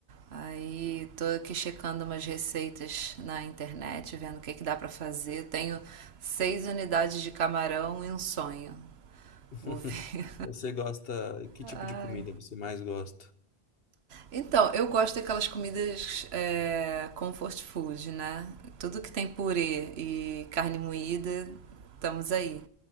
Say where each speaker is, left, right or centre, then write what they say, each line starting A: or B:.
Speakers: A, on the right; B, on the left.
A: Aí tô aqui checando umas receitas na internet, vendo o que que dá para fazer. Tenho seis unidades de camarão e um sonho.
B: <laughs>
A: Vou ver.
B: Você gosta... Que
A: <laughs> Ai.
B: tipo de comida você mais gosta?
A: Então, eu gosto daquelas comidas é, comfort food, né? Tudo que tem purê e carne moída, estamos aí.